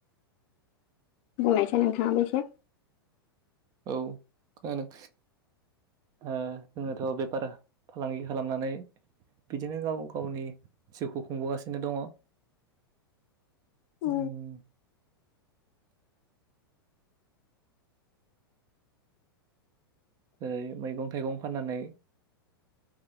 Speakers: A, on the left (about 40°); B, on the right (about 30°).
A: बुंनायसै नोंथाङाबो एसो
B: औ खोनादों ओ जोङोथ' बेफार फालांगि खालामनानै बिदिनो गाव गावनि जिउखौ खुंबोगासिनो दङ।
A: औ
B: उम जेरै मैगं थाइगं फाननानै